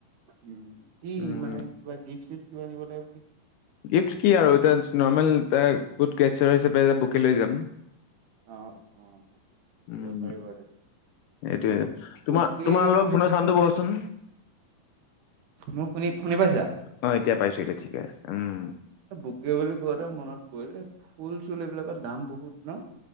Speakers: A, on the right; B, on the left.
A: উম, কি
B: উম
A: মানে কিবা গিফ্ট চিফ্ট কিবা নিব লাগিব নি?
B: গিফ্ট কি আৰু, এটা নৰ্মেল এটা গুড <unintelligible> হিচাপে এটা বুকে লৈ যাম।
A: অ', অ'।
B: উম
A: পাৰিব
B: এইটোয়ে তোমাৰ
A: বোকে,
B: তোমাৰ অলপ
A: বুলি
B: ফোনৰ
A: কওঁতে
B: চাউণ্ডটো বঢ়োৱাচোন
A: মই শুনি, শুনি পাইছা?
B: অ', এতিয়া পাইছো, এতিয়া ঠিকে আছে উম।
A: এ বুকে বুলি কওঁতে মনত পৰিল, ফুল চুল এইবিলাকৰ দাম বহুত নহ।